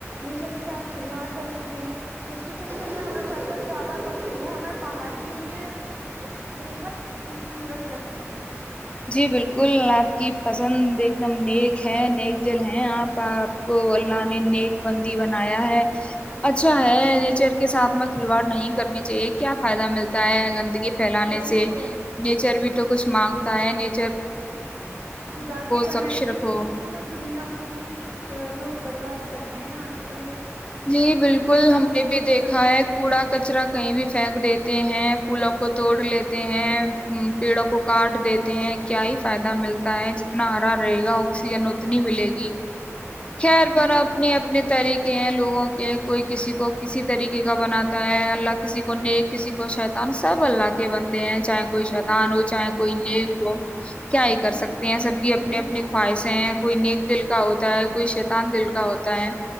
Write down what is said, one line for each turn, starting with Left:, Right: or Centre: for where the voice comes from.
Right: میچر کے ساتھ کھلواڑ کر چکے ہیں تو اس کے چکر میں ہمیں پروت زیادہ سندر ہے ہمیں پہاڑی ایریے بےحد خوبصورت لگتے ہیں
Left: جی بالکل آپ کی پسند ایک دم نیک ہے نیک جل ہے آپ ا آپ کو اللہ نے نیک بندی بنایا ہے اچھا ہے نیچر کے ساتھ میں کھلواڑ نہیں کرنی چاہیے کیا فائدہ ملتا ہے گندگی پھیلانے
Right: وہی
Left: سے
Right: تو
Left: نیچر بھی تو کسمانگ تائیا نے
Right: خدا کی بنائی
Left: سوچھ
Right: ہوئی
Left: رکھو
Right: خوبصورت دنیا کو بھی لوگ برباد کر رہے ہیں آج کل
Left: جی بالکل
Right: ان کا
Left: ہم
Right: مس
Left: نے
Right: یوز
Left: بھی دیکھا
Right: کر رہے
Left: ہے
Right: ہیں
Left: کوڑا کچرا کہیں بھی پھینک دیتے ہیں پھولوں کو توڑ لیتے ہیں پیڑوں کو کاٹ دیتے ہیں کیا ہی فائدہ ملتا تا ہے جتنا ہرا رہےا آکسیجن نی ملے گی خیر پر
Right: جی
Left: اپنی
Right: ہاں
Left: اپنے طریقے ہیں لوگ کہ کوئی کسی کو کسی طریقے کا بناتا ہے اللہ کسی کو نیک کسی کو شیتان سب اللہ کے بندے ہیں چاہے کوئی شیتان ہو چاہے کوئی نیک ہو کیا ہی کر
Right: جی
Left: سکتے ہیں سب کی
Right: میں
Left: اپنی اپنی
Right: تو
Left: خواہشیں ہیں کوئی نیک دل کا ہوتا ہے کوئی شیتان دل کا ہوتا ہے